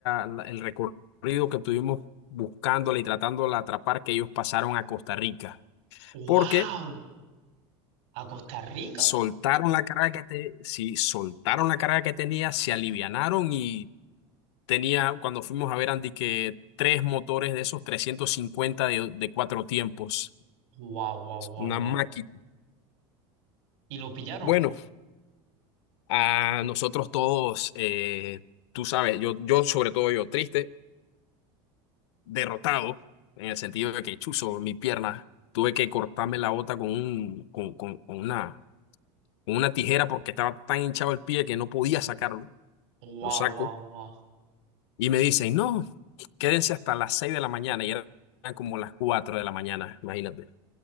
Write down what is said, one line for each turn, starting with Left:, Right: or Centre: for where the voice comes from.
Left: la- el recorrido que tuvimos buscándola y tratándola de atrapar que ellos pasaron a Costa Rica.
Right: ¡Wow!
Left: Porque
Right: A Costa Rica.
Left: soltaron la carga que te, sí, soltaron la carga que tenía, se alivianaron y tenía, cuando fuimos a ver Andy, que tres motores de esos 350 de, de cuatro tiempos,
Right: ¡Wow, wow, wow,
Left: una
Right: wow!
Left: máquina.
Right: ¿Y lo pillaron?
Left: Bueno, a nosotros todos, eh, tú sabes, yo, yo sobre todo yo, triste derrotado, en el sentido de que chuzo mi pierna, tuve que cortarme la bota con, un, con, con- con una, con una tijera porque estaba tan hinchado el pie que no podía sacarlo,
Right: ¡Wow,
Left: lo saco,
Right: wow, wow!
Left: y me dicen, no, quédense hasta las 6 de la mañana, y eran como las 4 de la mañana, imagínate.